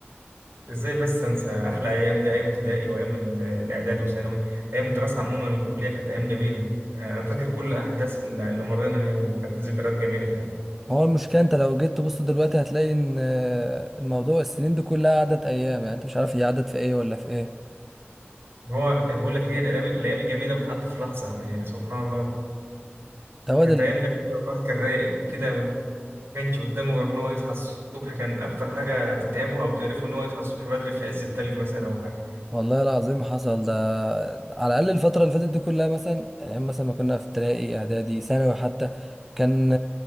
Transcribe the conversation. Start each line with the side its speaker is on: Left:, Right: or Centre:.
Right: ازاي بس انسى احلى ايام دي ايام ابتدائي وايام ال- الاعداد وثانوي ايام الدراسه عموما والكليه كانت ايام جميله يعني انا فاكر كل احداث اللي اللي مرينا بيها وكانت ذكريات جميله فعلا
Centre: ما هو المشكله انت لو جيت تبص دلوقتي هتلاقي ان آه، الموضوع السنين دي كلها عدت ايام يعني انت مش عارف هي عدت في ايه ولا في ايه
Right: ما هو بقول لك ايه الايام الايام الجميله بتعدي في لحظه يعني سبحان الله
Centre: ده هو
Right: كانت
Centre: ده
Right: ايام جميله والواحد كان رايق كده ما كانش قدامه غير ان هو يصحى الصبح كان اكتر حاجه تتعبه او تقرفه ان هو يصحى الصبح بدري في عز التلج مثلا او حاجه
Centre: والله العظيم حصل ده على الأقل الفترة اللي فاتت دي كلها مثلا أيام مثلا ما كنا في ابتدائي إعدادي ثانوي حتى كان